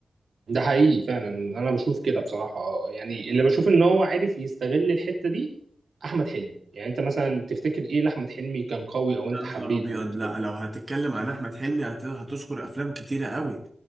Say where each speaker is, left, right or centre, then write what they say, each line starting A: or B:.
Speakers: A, on the right (about 70°); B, on the right (about 20°).
A: ده حقيقي فعلا انا بشوف كده بصراحه آه، يعني اللي بشوف ان هو عارف يستغل الحته دي احمد حلمي يعني انت مثلا تفتكر ايه لاحمد حلمي كان قوي او انت
B: يا نهار
A: حبيته
B: ابيض لا
A: في
B: لو هتتكلم عن احمد حلمي هت- هتذكر افلام كتيره قوي